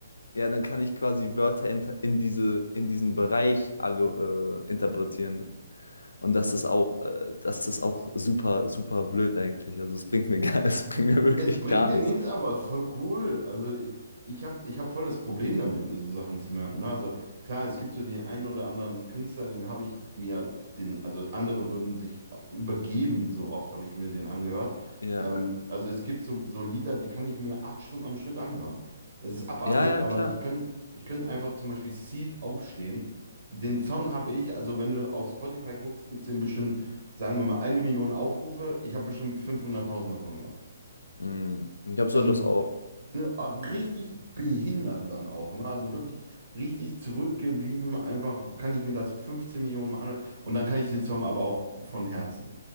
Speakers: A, on the left; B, on the right.
A: ja, dann kann ich quasi Wörter in, in diese, in diesen Bereich argu- äh, interpretieren. Und das ist auch, äh, das ist auch super, super blöd eigentlich. Also es bringt mir gar, <laughs> es bringt mir wirklich
B: Es bringt
A: gar
B: dir
A: nichts.
B: nichts, aber voll cool. Also ich, ich habe ich hab voll das Problem damit, mir so Sachen zu merken. Ne? Also klar, es gibt so den einen oder anderen Künstler, den habe ich mir, den, also andere würden sich übergeben, so oft habe ich mir den angehört.
A: Ja.
B: Ähm, also es gibt so, so Lieder, die kann ich mir acht Stunden am Stück anhören. Das ist abartig,
A: Ja, ja,
B: aber
A: klar.
B: ich könnte ich könnt einfach zum Beispiel Seed aufstehen. Den Song habe ich, also wenn du auf Spotify guckst, gibt es den bestimmt, sagen wir mal, eine Million Aufrufe. Ich habe bestimmt 500.000 davon gemacht.
A: Mhm. Ich glaube,
B: Also
A: so etwas auch.
B: Ne, ah, Richtig behindert dann auch, ne? Also wirklich richtig zurückgeblieben. Einfach kann ich mir das 15 Millionen Mal anhören. Und dann kann ich den Song aber auch von Herzen.